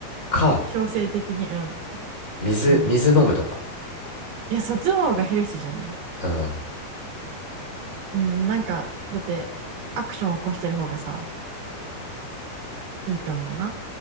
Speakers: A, on the left; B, on the right.
A: か
B: う強制的に、うん。
A: 水水飲むとか
B: 何いや、そっちの方がヘルシーじゃない
A: うん
B: うん、なんか、だって、アクション起こしてる方がさ、いいと思うな。